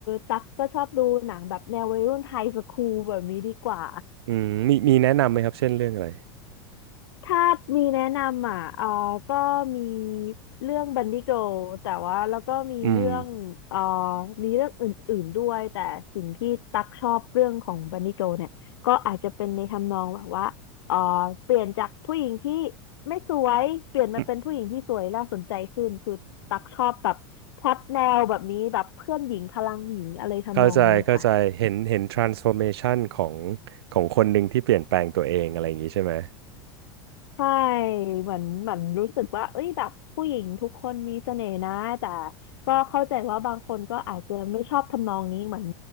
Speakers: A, on the left (about 80°); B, on the right (about 80°).
A: ตั๊กก็ชอบดูหนังแบบแนววัยรุ่นไทยสคูลแบบนี้ดีกว่า
B: อืมมีมีแนะนำไหมครับเช่นเรื่องอะไร
A: ถ้ามีแนะนำอ่ะเออก็มีเรื่องบันดี้ i r l แต่ว่าแล้วก็มีเรื่องเออ
B: อืม
A: มีเรื่องอื่นๆด้วย แต่สิ่งที่ตักชอบเรื่องของบันดี้ i r l เนี่ยก็อาจจะเป็นในทำนองแบบว่าเออเปลี่ยนจากผู้หญิงที่ไม่สวย เปลี่ยนมาเป็นผู้หญิงที่สวยน่าสนใจขึ้นคือตักชอบแบบพล็อตแนวแบบนี้แบบเพื่อนหญิงพลังหญิงอะไรทำนองนี้ค่ะ
B: อืมเข้าใจเข้าใจเห็นเห็น transformation ของของคนหนึ่งที่เปลี่ยนแปลงตัวเองอะไรอย่างนี้ใช่ไหม
A: ใช่เหมือนเหมือนรู้สึกว่าเอ้ยแบบผู้หญิงทุกคนมีเสน่ห์นะแต่ก็เข้าใจว่าบางคนก็อาจจะไม่ชอบทำนองนี้เหมือน